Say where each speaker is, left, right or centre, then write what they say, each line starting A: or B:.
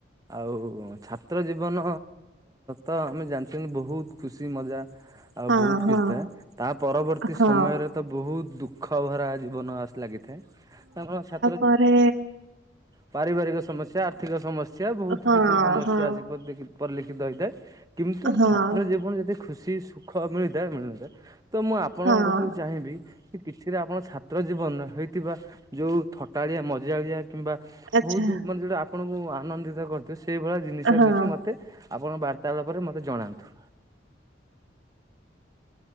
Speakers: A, on the right; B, on the right.
A: ଆଉ ଛାତ୍ର ଜୀବନ ତ ଆମେ ଜାଣିଚନ୍ତି ବହୁତ ଖୁସି ମଜା ଆଉ
B: ହଁ
A: ବହୁତ
B: ହଁ
A: କିଛି ଥାଏ ତା ପରବର୍ତ୍ତୀ
B: ହଁ
A: ସମୟରେ ତ ବହୁତ ଦୁଃ ଖ ଭରା ଜୀବନ ଆସ ଲାଗିଥାଏ ସାଙ୍ଗ ସା
B: ପରେ
A: ପାରିବାରିକ ସମସ୍ୟା ଆର୍ଥିକ ସମସ୍ୟା ବହୁତ
B: ହଁ
A: କିଛି ସମସ୍ୟା
B: ହଁ
A: ଆସି ଦେ ପରିଲିଖିତ ହେଇଥାଏ କିନ୍ତୁ
B: ହଁ
A: ଛାତ୍ର ଜୀବନ ଯଦି ଖୁସି ସୁଖ ମିଳିଥାଏ ମିଳିନଥାଏ ତ ମୁଁ ଆପଣଙ୍କ
B: ହଁ
A: କତିରୁ ଚାହିଁବି କି କିଛିରେ ଆପଣ ଛାତ୍ର ଜୀବନରେ ହେଇଥିବା ଯୋଉ ଥଟାଳିଆ ମଜାଳିଆ କିମ୍ବା
B: ଆଚ୍ଛା
A: ବହୁତ ମାନେ ଯୋଉଟା ଆପଣଙ୍କୁ ଆନନ୍ଦିତ କରିଥିବ ସେଇଭଳିଆ ଜିନିଷ
B: ହଁ।
A: କିଛି ମୋତେ ଆପଣ ବାର୍ତ୍ତାଳପରେ ମତେ ଜଣାନ୍ତୁ।